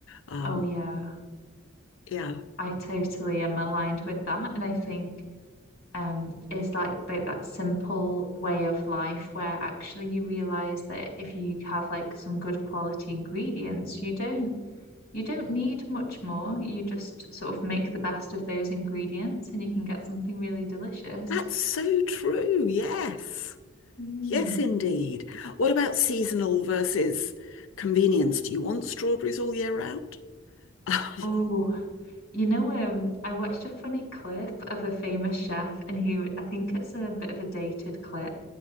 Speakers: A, on the left; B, on the left.
A: Um,
B: Oh, yeah.
A: yeah,
B: I totally am aligned with that. And I think um, is like like that simple way of life where actually you realize that if you have like some good quality ingredients, you don't you don't need much more. You just sort of make the best of those ingredients and you can get something really delicious.
A: that's so true. Yes.
B: Mm.
A: Yes, indeed. What about seasonal versus convenience? Do you want strawberries all year round? <laughs>
B: Oh, you know, um, I watched a funny clip of a famous chef, and who I think it's a bit of a dated clip,